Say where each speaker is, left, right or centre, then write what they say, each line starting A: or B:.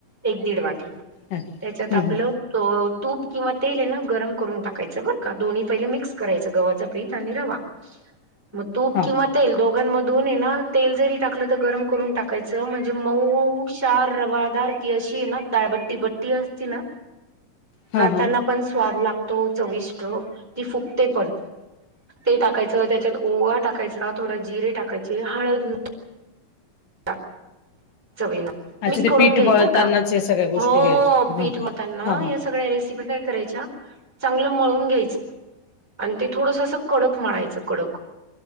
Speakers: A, in the centre; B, on the left.
A: एक दीड वाटी,
B: हं
A: त्याच्यात आपलं
B: हं
A: तो तूप किंवा तेल ये ना, गरम करून टाकायचं, बरं का दोन्ही पहिले मिक्स करायचं. गव्हाचा पीठ आणि रवा म तूप
B: हा
A: किंवा तेल दोघांमधून ये ना, तेल जरी टाकलं त गरम करून टाकायचं, म्हणजे मऊ चार रवादार की अशी ये ना दाळबट्टी बट्टी असती ना,
B: हा
A: खाताना
B: हा
A: पण स्वाद लागतो. चविष्ट ती फुगते पण ते टाकायचं, त्याच्यात ओवा टाकायचा, थोडा जिरे टाकायचे, हळद टाक चवीला
B: अच्छा
A: मिक्स
B: ते
A: करून
B: पीठ
A: घ्याय
B: मळतानाच
A: बर का,
B: या सगळ्या गोष्टी
A: हो
B: हे
A: पीठ
B: हा
A: म त्यांना
B: हा हा
A: या सगळ्या रेसिपी काय करायच्या चांगलं मळून घ्यायचं. आणि ते थोडसं अस कडक मळायचं कडक